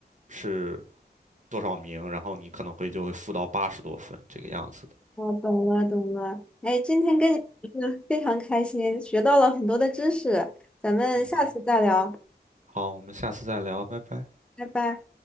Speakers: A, on the right; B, in the centre.
A: 是多少名，然后你可能会就会负到八十多分这个样子的。
B: 我懂了，懂了。哎，今天跟你聊得非常开心，学到了很多的知识，咱们下次再聊，
A: 嗯哼，好，我们下次再聊，拜拜。
B: 拜拜。